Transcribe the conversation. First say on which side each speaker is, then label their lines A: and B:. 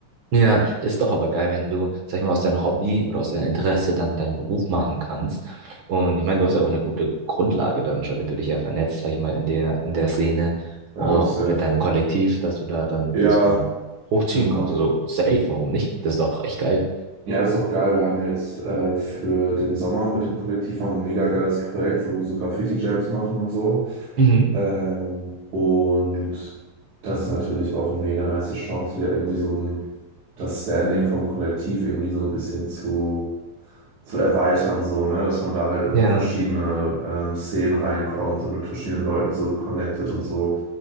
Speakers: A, on the right (about 55°); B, on the right (about 70°).
A: Ja, das ist doch aber geil, wenn du, sag ich mal, aus deinem Hobby oder aus deinem Interesse dann deinen Beruf machen kannst. Und ich meine, du hast ja auch eine gute Grundlage dann schon, wenn du dich ja vernetzt, sag ich mal, in der, in der Szene,
B: Ja,
A: auch
B: safe.
A: mit deinem Kollektiv, dass du da dann
B: Ja,
A: das dann hochziehen
B: genau.
A: kannst. Also safe, warum nicht? Das ist doch echt geil.
B: Ja, ist auch geil. Wir haben jetzt äh, für den Sommer mit dem Kollektiv haben wir ein mega geiles Projekt, so, so Graffiti-Jams machen und so.
A: Mhm.
B: Ähm, und das ist natürlich auch eine mega nice Chance, wieder irgendwie so ein, das Standing vom Kollektiv irgendwie so ein bisschen zu, zu erweitern, so, ne? Dass man da halt in
A: Ja,
B: so verschiedene ähm, Szenen reinkommt und mit verschiedenen Leuten so connected und so.